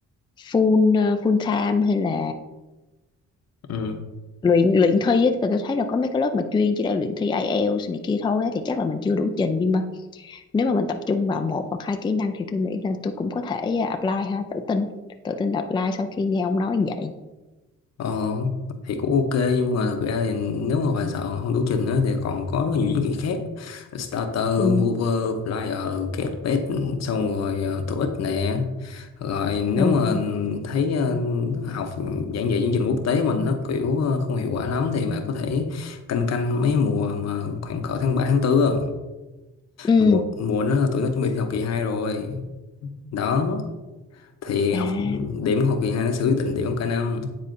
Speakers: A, on the left; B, on the left.
A: full ờ, full time hay là
B: ừ
A: luyện luyện thi á Tại tôi thấy là có mấy cái lớp mà chuyên chỉ để luyện thi IELTS này kia thôi á, thì chắc là mình chưa đủ trình nhưng mà nếu mà mình tập trung vào một hoặc hai kỹ năng thì tôi nghĩ là tôi cũng có thể à, apply ha tự tin tự tin apply sau khi nghe ông nói như vậy
B: ờ thì cũng ok nhưng mà thực ra thì nếu mà bài sợ không đủ trình á thì còn có rất nhiều chứng chỉ khác starter
A: ừ
B: mover flyer get bed xong rồi ờ, TOEIC nè rồi nếu
A: ừ
B: mà thấy ờ, học giảng dạy chương trình quốc tế mình nó kiểu ờ, không hiệu quả lắm thì bà có thể canh canh mấy mùa mà khoảng cỡ tháng ba tháng tư
A: ừ
B: mùa mùa nó là tụi nó chuẩn bị thi học kỳ 2 rồi đó thì
A: à
B: học điểm của học kỳ 2 nó sẽ quyết định điểm của cả năm